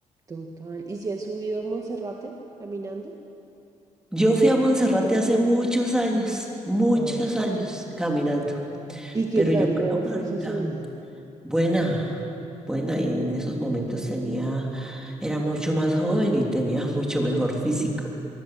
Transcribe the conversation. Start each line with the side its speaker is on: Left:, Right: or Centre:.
Right: Total. ¿Y si has subido Monserrate caminando?
Centre: Yo fui a Monserrate hace muchos años, muchos
Right: Ah.
Centre: años caminando,
Right: ¿Y qué
Centre: pero
Right: tal?
Centre: yo creo
Right: ¿Cómo
Centre: que
Right: fue
Centre: ahorita,
Right: esa subida?
Centre: buena, buena, y en esos momentos tenía, era mucho más joven y tenía <laughs> mucho mejor físico.